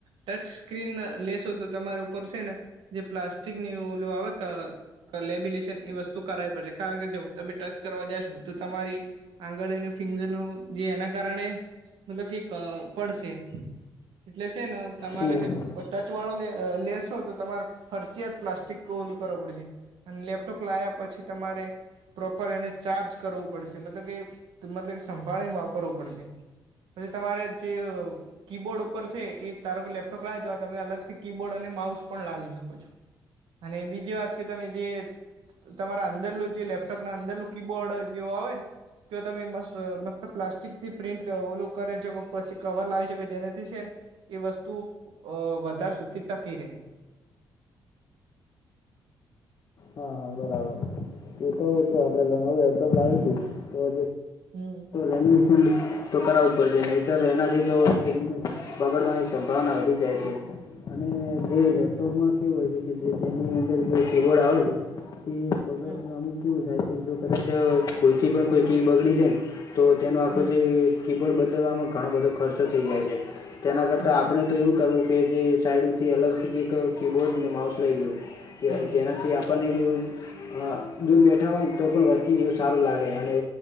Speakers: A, on the right; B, on the left.
A: ટચ સ્ક્રીન લેશો તો તમારા ઉપર છે ને જે પ્લાસ્ટિક ની ઓલું આવે ક લેબિલેશન એ વસ્તુ કરાવવી પડશે કારણ કે જો તમે ટચ કરવા જાશો તો તમારી. આંગળી અને ફિંગર નું જે એના કારણે મતલબ કે ક પડશે. એટલે છે ને તમારે
B: હમ
A: ટચ વાળું લેસ -છો, તો તમારે ફરજીયાત પ્લાસ્ટિક ઓલું કરવું પડશે. અને લેપટોપ લાયા પછી તમારે- પ્રોપર એને ચાર્જ કરવું પડશે. મતલબ કે, મતલબ કે સંભાળીને વાપરવું પડશે. પછી તમારે જે કીબોર્ડ ઉપર છે એ તારો કે લેપટોપ લાવે તો તમે અલગથી કીબોર્ડ અને માઉસ પણ લાવી શકો છો. અને, બીજી વાત કે, તમે જે- તો તમારા અંદરનું જે લેપટોપ ને અંદરનું કીબોર્ડ જેવુ આવે ને તો તમે મસ્ત મસ્ત પ્લાસ્ટિક થી પ્રિન્ટ ઓલું કરી શકો પછી કવર લાવી શકો જેનાથી છે ને એ વસ્તુ અ વધાર સુધી ટકી રહેે.
B: હા હા બરાબર એ તો જો આપડે નવું લેપટોપ લાવી હતું તો,
A: હમ
B: <unintelligible> તો કરાવું જ પડેશે નહીતર એનાથી તો એક બગાડવાની સંભાવના ઉભી થાય છે. અને જે લેપટોપ માં કેવું હોય જે તેની અંદર જે કીબોર્ડ આવે છે. કે બગ
A: હમ
B: અમુક કેવું સાયકલ જો કદાચ ભૂલથી પણ કોઈ ક બગડી છે ને તો, તેનું આખું
A: હમ
B: જે કીબોર્ડ, બદલવામાં ઘણો બધો ખર્ચો થઈ જાયછે. તેના કરતાં
A: હમ
B: આપણે- તો એવું કરવું કે જે સાઈડથી અલગથી એક કીબોર્ડને માઉસ લઈ ગયું
A: હમ
B: જેનાથી <unintelligible> <inaudible> હા દૂર બેઠા હોયને તો પણ વર્કિંગ એવું સારું લાગે અને